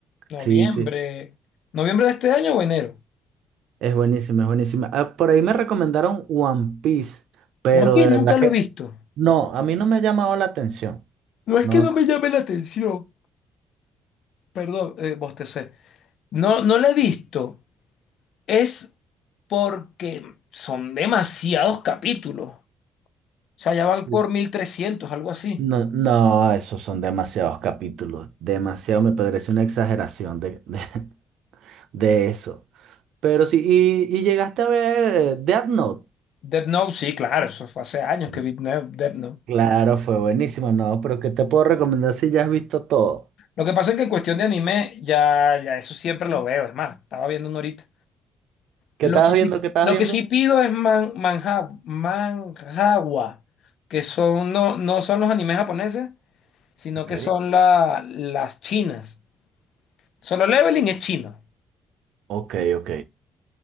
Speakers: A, on the left; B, on the right.
A: Noviembre.
B: Sí, sí,
A: ¿Noviembre de este año o enero?
B: es buenísima, es buenísima. Ah, por ahí me recomendaron One Piece, pero
A: One Piece
B: de
A: nunca
B: verdad
A: lo
B: que
A: he visto.
B: no, a mí no me ha llamado la atención.
A: No es
B: No,
A: que no
B: s-
A: me llame la atención. Perdón, eh, bostecé. No, no lo he visto. Es porque son demasiados capítulos. O sea, ya van
B: sí,
A: por 1300, algo así.
B: no, no, esos son demasiados capítulos, demasiado, me parece una exageración de, de <laughs> de eso. Pero sí, y, y llegaste a ver eh, Death Note.
A: Death Note, sí, claro, eso fue hace años que
B: Mm.
A: vi Death Note.
B: Claro, fue buenísimo, no, pero ¿qué te puedo recomendar si ya has visto todo?
A: Lo que pasa es que en cuestión de anime, ya, ya eso siempre lo veo. Es más, estaba viendo uno ahorita.
B: ¿Qué
A: Lo
B: estabas
A: que
B: viendo?
A: sí,
B: ¿Qué estabas
A: lo
B: viendo?
A: que sí pido es man, manja, manhwa, que son, no, no son los animes japoneses, sino
B: Ok,
A: que son la- las chinas. Solo Leveling es chino.
B: ok, ok.